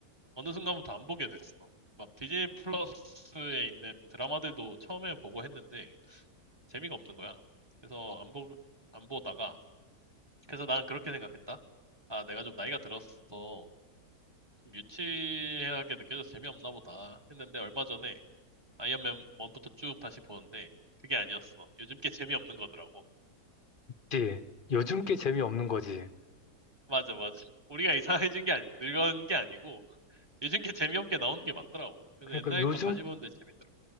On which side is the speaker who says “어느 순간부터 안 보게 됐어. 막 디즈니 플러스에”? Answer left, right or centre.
Right